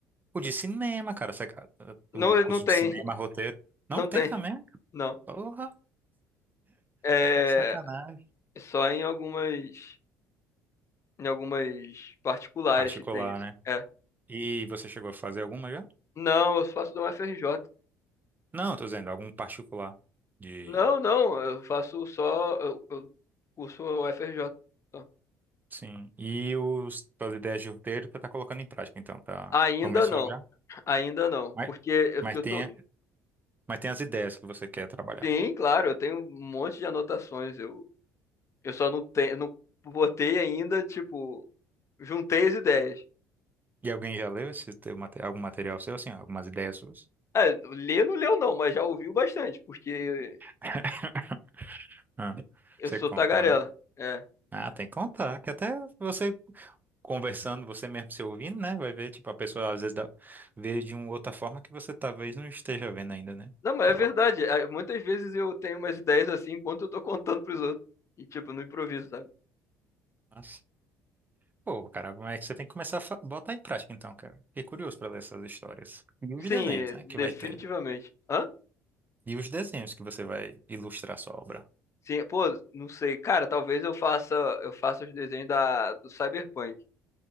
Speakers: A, on the right; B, on the left.
A: O de cinema, cara. saca-
B: Não,
A: O curso
B: não tem,
A: de cinema,
B: <laughs>
A: roteiro. Não
B: não
A: tem
B: tem.
A: também?
B: Não.
A: Porra,
B: É,
A: sacanagem.
B: só em algumas, em algumas particulares
A: Particular,
B: que tem isso.
A: né?
B: É.
A: E você chegou a fazer alguma já?
B: Não, eu faço da UFRJ.
A: Não, tô dizendo, algum particular. De.
B: Não, não, eu faço só, eu, eu curso UFRJ. só.
A: Sim. E os, as ideias de roteiro você tá colocando em prática, então, tá?
B: Ainda
A: Começou
B: não,
A: já?
B: ainda não,
A: Mas,
B: porque eu,
A: mas
B: eu
A: tem,
B: tô,
A: mas tem as ideias que você quer trabalhar.
B: sim, claro, eu tenho um monte de anotações, eu, eu só não tenho, não botei ainda, tipo, juntei as ideias.
A: E alguém já leu esse teu, mate- algum material seu, assim, algumas ideias suas?
B: É, ler não leu não, mas já ouviu bastante, porque
A: <laughs> Ah,
B: eu
A: você
B: sou
A: contou,
B: tagarela.
A: né?
B: é.
A: Ah, tem que contar, que até você conversando, você mesmo se ouvindo, né? Vai ver, tipo, a pessoa às vezes dá, vê de uma outra forma que você talvez não esteja vendo ainda, né?
B: Não, mas
A: Sei
B: é verdade.
A: lá.
B: Ah, Muitas vezes eu tenho umas ideias assim enquanto eu tô contando pros outros. E, tipo, no improviso, sabe?
A: Mas, pô, cara, como é que você tem que começar a fa- botar em prática então, cara? Fiquei curioso pra ler essas histórias. E os
B: Sim,
A: desenhos,
B: é,
A: né?
B: definitivamente.
A: Que vai ter.
B: Hã?
A: E os desenhos que você vai ilustrar sua obra.
B: Sim, pô, não sei. Cara, talvez eu faça, eu faça os desenhos da, do Cyberpunk.